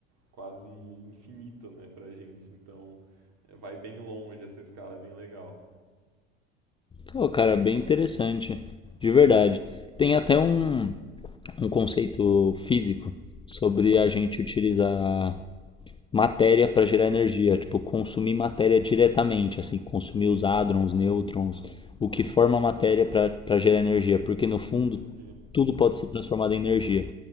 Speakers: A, on the right; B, on the left.
A: quase infinito, né, pra gente, então é, vai bem longe essa escala, é bem legal.
B: Pô, cara, bem interessante, de verdade. Tem até um, um conceito físico sobre a gente utilizar matéria para gerar energia, tipo, consumir matéria diretamente, assim, consumir os hádrons, nêutrons, o que forma a matéria para gerar energia, porque no fundo
A: Entendi.
B: tudo pode ser transformado em energia.